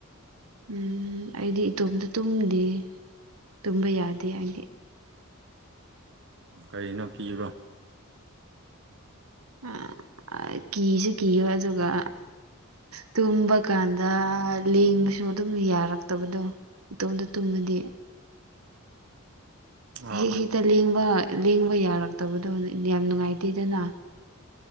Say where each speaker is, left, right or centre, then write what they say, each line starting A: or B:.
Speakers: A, on the right; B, on the right.
A: ꯎꯝ ꯑꯩꯗꯤ ꯏꯇꯣꯝꯇ ꯇꯨꯝꯗꯦ ꯇꯨꯝꯕ ꯌꯥꯗꯦ ꯑꯩꯗꯤ
B: ꯀꯅꯣ ꯀꯤꯕꯔꯣ
A: ꯑꯝ ꯀꯤꯁꯨ ꯀꯤꯕ ꯑꯗꯨꯒ ꯇꯨꯝꯕ ꯀꯥꯟꯗ ꯂꯦꯡꯕꯁꯨ ꯑꯗꯨꯝ ꯌꯥꯔꯛꯇꯕꯗꯣ ꯏꯇꯣꯝꯇ ꯇꯨꯝꯃꯗꯤ
B: ꯑꯥ
A: ꯍꯦ
B: ꯑꯥ
A: ꯍꯤ ꯂꯦꯡꯕ ꯂꯦꯡꯕ ꯌꯥꯔꯛꯇꯕꯗꯣ ꯌꯥꯝ ꯅꯨꯡꯉꯥꯏꯇꯦꯗꯅ